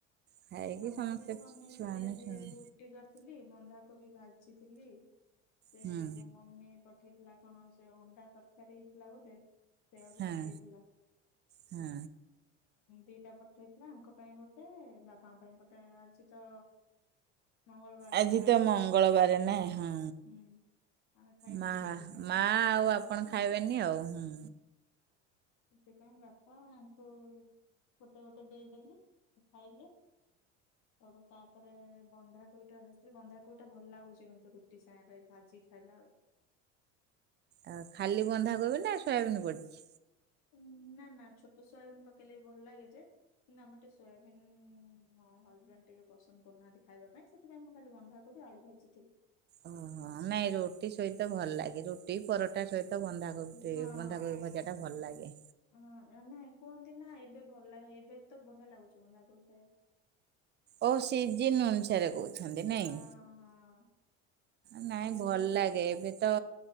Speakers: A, on the right (about 30°); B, on the left (about 60°).
A: ଖାଇକି
B: ଆମର
A: ସମସ୍ତେ
B: ସେଇ ବନେଇଥିଲି
A: ଛୁଆମାନେ
B: ଆଜି
A: ଶୁଣି
B: ରୁଟି କରିଥିଲି ବନ୍ଧା କୋବି ଭାଜିଥିଲି ସେ
A: ହୁଁ
B: ମୋ ମମି ପ ପଠେଇଥିଲା କଣ ସେ ଅଣ୍ଡା ତରକାରୀ ହେଇଥିଲା ବୋଧେ। ସେୟାକୁ
A: ହଁ
B: ପଠେଇଥିଲା
A: ହଁ
B: ଦିଟା ପଠେଇଥିଲା ୟାଙ୍କ ପାଇଁ ଗୋଟେ ବାପାଙ୍କ ପାଇଁ ଗୋଟେ ଆଜିତ ମଙ୍ଗଳବାର
A: ଆଜି
B: ଆମେ
A: ତ ମଙ୍ଗଳବାର
B: ଖାଇବୁନୁ
A: ନା ହଁ
B: ହୁଁ। ଆମେ ଖାଇବୁନୁ
A: ମା
B: ସେଥିପାଇଁ
A: ମା
B: ବାପାଙ୍କୁ
A: ଆଉ
B: ଗୋଟେ
A: ଆପଣ
B: ହଁ।
A: ଖାଇବେନି ଆଉ ହୁଁ
B: ସେଥିପାଇଁ ବାପା ଆଙ୍କୁ ଗୋଟେ ଗୋଟେ ଦେଇଦେଲି ଖାଇଲେ। <inaudible> ତାପରେ ବନ୍ଧା କୋବିଟା ଭାଜି ଥିଲି ବନ୍ଧା କୋବି ଟା ଭଲ ଲାଗୁଛି କିନ୍ତୁ ରୁଟି ସାଙ୍ଗରେ ଭାଜି ଖାଇ ହେଲା ଆଉ।
A: ଆଉ ଖାଲି ବନ୍ଧା କୋବି ନା ଶୋୟାବିନ ପଡିଛି।
B: ଉଁ ନା ନା ଛୋଟ ସୋୟାବିନ ପକେଇଲେ ବି ଭଲ ଲାଗେ ଯେ କିନ୍ତୁ ଆମର ଟିକେ ସୋୟାବିନ୍ ମୋ ହଜବେଣ୍ଡ ଟିକେ ପସନ୍ଦ କରୁନାହାନ୍ତି ଖାଇବା ପାଇଁ ସେଥିପାଇଁ ମୁଁ ଖାଲି ବନ୍ଧାକୋବି ତ ଆଳୁ ଭାଜିଥିଲି।
A: ଓହୋ ନାଇଁ ରୁଟି ସହିତ ଭଲ ଲାଗେ ରୁଟି ପରଟା ସହିତ। ତ ବନ୍ଧାକୋବି
B: ହଁ
A: ବନ୍ଧାକୋବି ଭଜାଟା ଭଲ ଲାଗେ।
B: ହଁ ନାଇଁ କୁହନ୍ତି ନା ଏବେ ଭଲ ଲା ଏବେ ତ ବଢିଆ ଲାଗୁଛି ବନ୍ଧାକୋବି ଖାଇବାକୁ।
A: ଓ ସିଜିନ ଅନୁସାରେ କହୁଛନ୍ତି
B: ହଁ
A: ନାଇଁ।
B: ହଁ
A: ନାଇଁ
B: ଏବେ
A: ଭଲ
B: ଲାଗୁଛି
A: ଲାଗେ ଏବେତ
B: ଖାଇବାକୁ